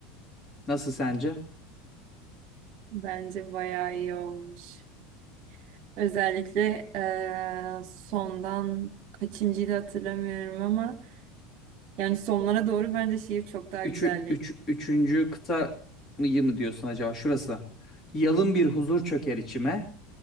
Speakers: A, on the left; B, on the right.
A: Nasıl sence?
B: Bence bayağı iyi olmuş. Özellikle eee, sondan kaçıncıydı hatırlamıyorum ama yani sonlara doğru bence şiir çok daha
A: Üçü,
B: güzelleşti.
A: üç, üçüncü kıta mı mı diyorsun acaba? Şurası. Yalın bir huzur çöker içime.